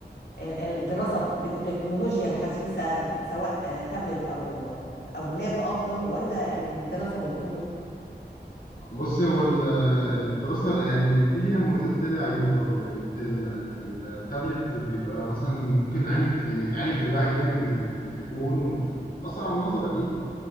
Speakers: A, on the left; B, on the left.
A: ال- الدراسة بالتكنولوجيا الحديثة سواء آه، تابلت أو أو لاب أفضل ولا الدراسة بالكتب؟
B: بص هو ال- الدراسه يعني دي ليها مميزات ودي ليها عيوب برضه يعني انت ال- التابلت بيبقى مثلا ممكن عينك ت- يعني عينك توجعك جامد من التليفون وبتأثر على النظر اكيد